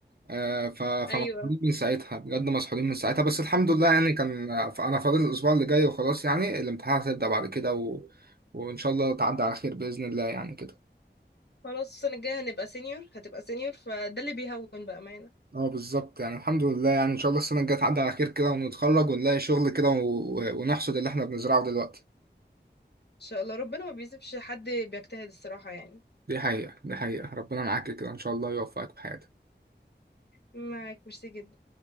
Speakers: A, on the right (about 55°); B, on the left (about 60°).
A: آه ف... فمسحولين
B: ايوه
A: من ساعتها بجد مسحولين من ساعتها بس الحمد لله يعني كان انا فاضل الاسبوع اللي جاي وخلاص يعني الامتحانات هتبدا بعد كده و... وان شاء الله تعدي على خير باذن الله يعني كده
B: خلاص السنة الجاية هنبقى سينيور هتبقى سينيور فده اللي بيهون بأمانة ان
A: اه بالظبط يعني الحمد لله يعني ان شاء الله السنه الجايه تعدي على خير كده ونتخرج ونلاقي شغل كده و- ونحصد اللي احنا بنزرعه دلوقتي
B: شاء الله ربنا ما بيسيبش حد بيجتهد الصراحة يعني
A: دي حقيقه دي حقيقه ربنا معاك كده ان شاء الله يوفقك في حياتك
B: معاك ميرسي جدا